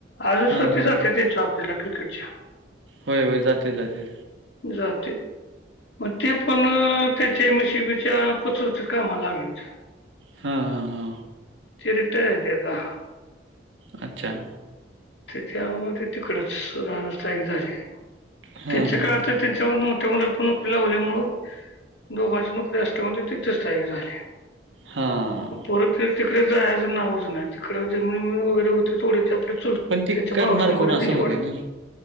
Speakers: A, on the left; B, on the right.
A: आजून
B: हा हा
A: ति ज त्यांच्याॉला क्रिकेटच्या
B: होय, होय, जाते घंटे,
A: जाते, मग ते पण त्यांच्या एम एसीबीच्या पतृ कामाला लागले होते.
B: हा हा हा,
A: ते रिटयर दता <inaudible>
B: अच्छा. !
A: ते त्यामध्ये तिकडच रा स्थायिक झाले.
B: हा
A: त्यांच्या
B: हा
A: काळात त्यांच्या मोठ्या मोल पण नोकरी लावल्यामु दोघांची नोकरी असल्यामुळे तिथे स्थायिक झाले.
B: हा.
A: परत ती तिकडे जायाच नावंच नाही. तिकडे जमीन बिविन वगैर होती थोडी ते आपली चुल
B: पण ते
A: त्यांच्या
B: करणार
A: भावासनी
B: कोण
A: वगैरे
B: असं
A: दिली वाटतं,
B: होते नाही